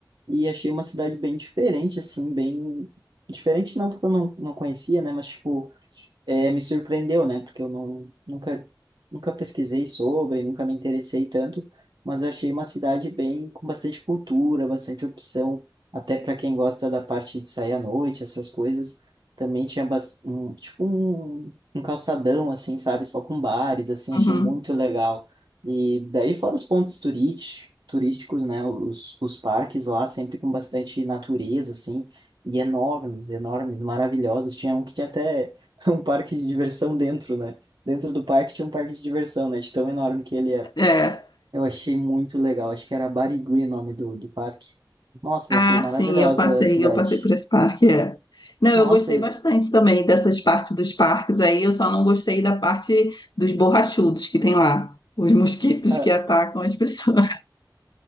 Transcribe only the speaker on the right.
e achei uma cidade bem diferente, assim, bem... Diferente não porque eu não, não conhecia, né, mas, tipo, é, me surpreendeu, né? Porque eu não, nunca, nunca pesquisei sobre, nunca me interessei tanto, mas eu achei uma cidade bem com bastante cultura, bastante opção, até para quem gosta da parte de sair à noite, essas coisas. Também tinha bas- um, tipo um, um calçadão, assim, sabe? Só com bares, assim, achei
muito legal. E daí fora os pontos turísticos, turísticos, né? Os, os parques lá, sempre com bastante natureza, assim, e enormes, enormes, maravilhosos. Tinha um que tinha até <laughs> um parque de diversão dentro, né? Dentro do parque tinha um parque de diversão, né? De tão enorme que ele era.
Eu achei muito legal. Acho que era Barigui o nome do, do parque. Nossa,
eu achei maravilhosa
a cidade.
Nossa,
eu...
ah,